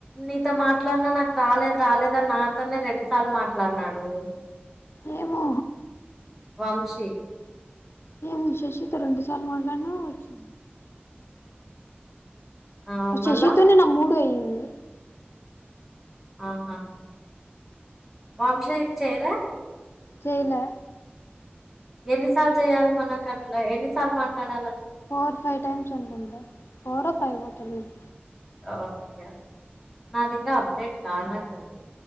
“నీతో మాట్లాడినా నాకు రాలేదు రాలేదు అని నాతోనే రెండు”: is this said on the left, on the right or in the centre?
Centre